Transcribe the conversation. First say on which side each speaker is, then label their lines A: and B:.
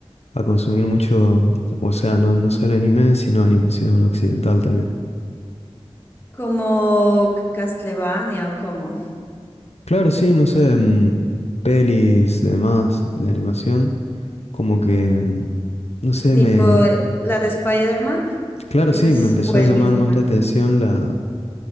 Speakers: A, on the left; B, on the left.
A: a consumir mucho, o sea, no, no solo anime, sino animación occidental también.
B: Como Castlevania o como.
A: Claro, sí, no sé, mm, pelis, demás de animación, como que, mm, no sé,
B: Tipo
A: me,
B: eh, la de Spider-Man.
A: claro,
B: Esa
A: sí,
B: es
A: me empezó
B: buenísima.
A: a llamar más la atención la,